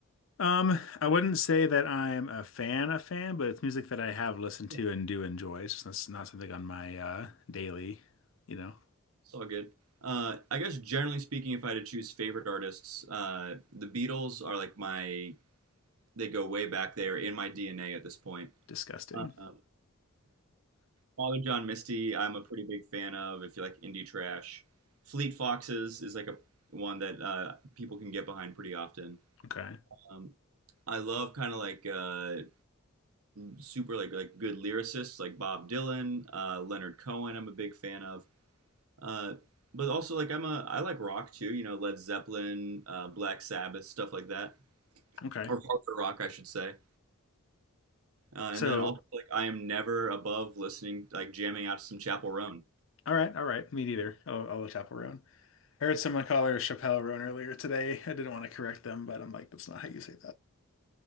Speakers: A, on the left; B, on the right.
A: Um, I wouldn't say that I'm a fan, a fan, but it's music that I have listened
B: Yeah.
A: to and do enjoy. It's just that's not something on my uh daily, you know,
B: It's all good. Uh, I guess generally speaking, if I had to choose favorite artists, uh, the Beatles are like my, they go way back. They are in my DNA at this point.
A: disgusting.
B: Uh, Father John Misty, I'm a pretty big fan of if you like indie trash. Fleet Foxes is like a one that uh, people can get behind pretty often.
A: Okay.
B: Um, I love kind of like uh, super like like good lyricists like Bob Dylan, uh, Leonard Cohen. I'm a big fan of. Uh, but also like I'm a I like rock too, you know, Led Zeppelin, uh, Black Sabbath, stuff like that,
A: Okay.
B: or harder rock, I should say. Uh,
A: So,
B: and then also like I am never above listening, like jamming out to some Chappell Roan,
A: all right, all right. Me neither. I'll, I'll look up Roan. I heard someone call her Chappelle Roan earlier today. I didn't want to correct them, but I'm like, that's not how you say